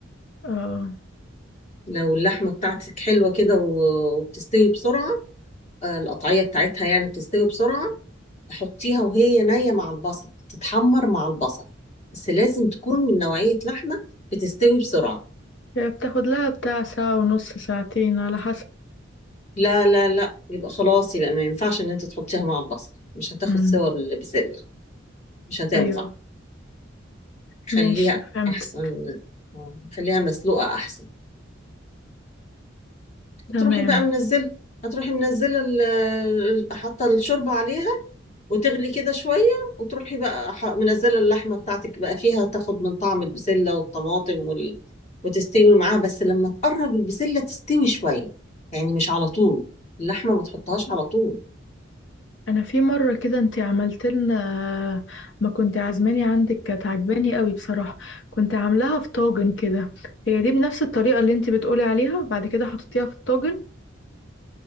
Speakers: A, on the left; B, on the left.
A: اه
B: لو اللحمة بتاعتك حلوة كده و- وبتستوي بسرعة آه، القطعية بتاعتها يعني بتستوي بسرعة حطيها وهي نية مع البصل تتحمر مع البصل بس لازم تكون من نوعية لحمة بتستوي بسرعة
A: هي بتاخد لها بتاع ساعة ونص ساعتين على حسب
B: لا لا لا يبقى خلاص يبقى ما ينفعش ان انت تحطيها مع البصل مش هتاخد
A: مم.
B: صور البسلة مش هتنفع
A: ايوه ماشي
B: خليها
A: فهمت
B: احسن آه، خليها مسلوقة احسن
A: تمام
B: هتروحي بقى منزله هتروحي منزله ال- ال- حاطه الشوربه عليها وتغلي كده شويه وتروحي بقى ح- منزله اللحمه بتاعتك بقى فيها تاخد من طعم البسله والطماطم وال... وتستوي معاها بس لما تقرب البسله تستوي شويه يعني مش على طول اللحمه ما تحطهاش على طول
A: انا في مره كده انت عملت لنا ما كنت عازماني عندك كانت عجباني قوي بصراحه كنت عاملاها في طاجن كده هي دي بنفس الطريقه اللي انت بتقولي عليها بعد كده حطيتيها في الطاجن